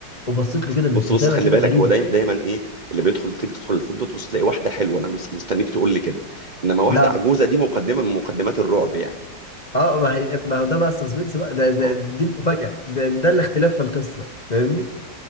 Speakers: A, on the left; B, on the right.
A: وبصيت له كده
B: بص
A: بابتسامه
B: بص خلي
A: كده
B: بالك
A: غريبه
B: هو دايما دايما ايه اللي بيدخل تيجي تدخل الفندق تبص تلاقي واحده حلوه انا مس- مستنيك تقول لي كده انما واحده
A: لا
B: عجوزه دي مقدمه من مقدمات الرعب يعني
A: اه ما هي ما هو ده بقى السسبنس بقى ده, ده
B: اه
A: دي المفاجاه ده, ده الاختلاف في القصه فاهمني